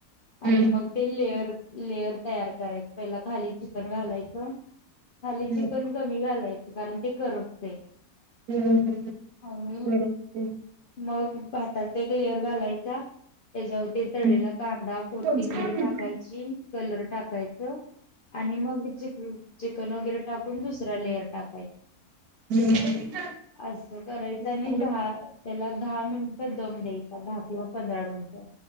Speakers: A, on the left; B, on the right.
A: आणि
B: हम्म
A: मग ते लेअर लेयर तयार करायच पहिला खाली चिकन घालायचं खाली चिकन
B: हम्म
A: कमी घालायचं कारण ते करपतय
B: हम्म
A: आणि
B: बरोबर
A: मग भाताच एक लेअर घालाय चा <unintelligible> त्याच्यावरती तळेला
B: हम्म.
A: कांदा कोथिंबीर
B: कोणचं काय माहिती?
A: टाकायची कलर टाकायचं आणि मग चिकन चिकन वगैरे टाकून दुसरा लेअर टाकायचा.
B: हम्म
A: असं
B: <inaudible> <inaudible> <inaudible>
A: करायचं आणि
B: <inaudible>
A: दहा त्याला दहा मिनिटं दम द्यायचा दहा किंवा पंधरा मिनिटं.